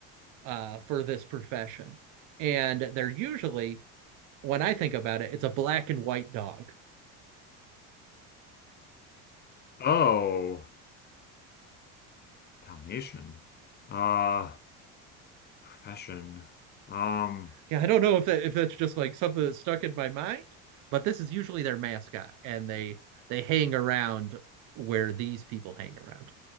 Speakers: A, on the right (about 65°); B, on the left (about 30°).
A: uh, for this profession. And they're usually, when I think about it, it's a black and white dog.
B: Oh, Dalmatian. Uh, profession. Um,
A: Yeah, I don't know if that if that's just like something that's stuck in my mind, but this is usually their mascot, and they they hang around where these people hang around,